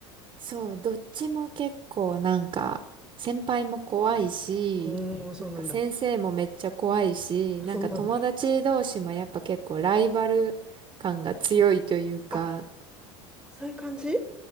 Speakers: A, on the right; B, in the centre.
A: そう、どっちも結構なんか、先輩も怖いし、
B: うーん、そうなんだ。
A: なんか先生もめっちゃ怖いし、
B: あそうなんだ。
A: なんか友達同士もやっぱ結構ライバル感が強いというか、
B: あ、そういう感じ